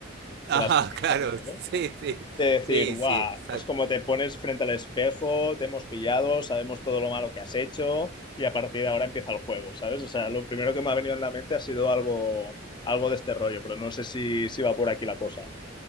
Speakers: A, on the right; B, on the left.
A: Ajá,
B: de las películas.
A: <laughs> claro,
B: de S A
A: sí,
B: U.
A: sí,
B: de decir,
A: sí,
B: guau,
A: sí, exacto.
B: es como te pones frente al espejo, te hemos pillado, sabemos todo lo malo que has hecho y a partir de ahora empieza el juego, ¿sabes? O sea, lo primero que me ha venido en la mente ha sido algo, algo de este rollo, pero no sé si, si va por aquí la cosa.